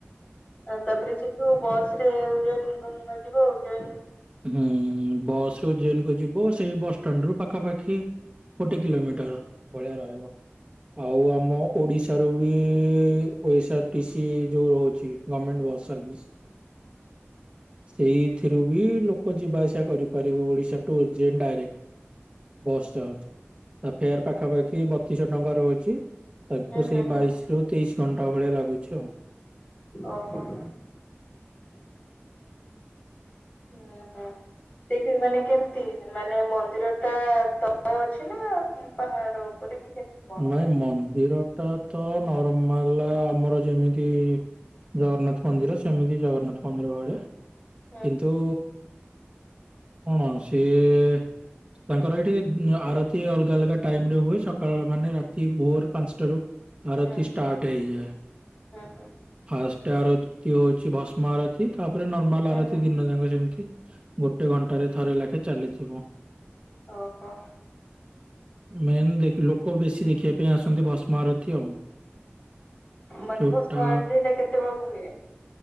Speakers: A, on the left; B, on the right.
A: ଆ ତାପରେ ସେଠୁ ବସ ରେ ଉଜୈନ ଯିବ ଉଜ୍ଜୈନ
B: ହୁଁ ବସ ରୁ ଉଜେନ୍ କୁ ଯିବ ସେଇ ବସଷ୍ଟାଣ୍ଡ ରୁ ପାଖାପାଖି ଗୋଟେ କିଲୋମିଟର ଭଳିଆ ରହିବ ଆଉ ଆମ ଓଡିଶାରୁ ବି ପଇସା ଟି ସି ଯୋଉ ରହୁଛି ଗମେଣ୍ଟ ବସ୍ ସର୍ଭିସ ସେଇଥିରୁ ବି ଲୋ କ ଯିବା ଆସିବା କରିପାରିବ ଓଡିଶା ଟୁ ଯେ ଡାଇରେକ୍ଟ। ବସ୍ ଚାହୁଛି ତା ଫେୟାର ପାଖାପାଖି ବତିଶହ ଟଙ୍କା ରୋହୁଚି ତାଙ୍କୁ
A: ହୁଁ
B: ସେଇ
A: ହୁଁ
B: ବାଇଶି
A: ହୁଁ
B: ରୁ ତେଇଶି ଘଣ୍ଟା ଭଳିଆ ଲାଗୁଛି ଆଉ।
A: ଓହୋ। ହୁଁ ହୁଁ। ସେଇଠି ମାନେ କେମିତି ମାନେ ମନ୍ଦିର ଟା ତଳେ ଅଛି ନା ପାହାଡ ଉପରେ କି କଣ?
B: ନାଇଁ ମନ୍ଦିର ଟା ତ ନରମାଲ ଆମର ଯେମିତି ଜଗନ୍ନାଥ ମନ୍ଦିର ସେମିତି ଜଗନ୍ନାଥ ମନ୍ଦିର ଭଳିଆ
A: ହୁଁ
B: କିନ୍ତୁ କଣ ସିଏ ତାଙ୍କର ଏଇଠି ଆରତି ଅଲଗା ଅଲଗା ଟାଇମ ରେ ହୁଏ ସକାଳ ମାନେ ରାତି ଭୋର ପାଞ୍ଚଟାରୁ
A: ହୁଁ
B: ଆରତି ଷ୍ଟାର୍ଟ ହେଇଯାଏ।
A: ହୁଁ ହୁଁ
B: ଫାଷ୍ଟ ଆରତ ହଉଛି ଭସ୍ମ ଆରତୀ ତାପରେ ନର୍ମାଲ
A: ହୁଁ
B: ଆରତୀ
A: ହୁଁ ହୁଁ।
B: ଦିନ ଯାକ ଯେମତି। ଗୋଟେ ଘଣ୍ଟାରେ ଥରେ ଲେଖେ ଚାଲିଯିବ।
A: ଓହୋ
B: ମେନ୍ ଦେଖୀ ଲୋକ ବେଶୀ ଦେଖିବା ପାଇଁ ଆସନ୍ତି ଭସ୍ମରତୀ ଆଉ।
A: ମାନେ
B: ଯୋଉଟା
A: ଭସ୍ମଆରର୍ତି ଟା କେତେବେେଳକୁ ହୁଏ।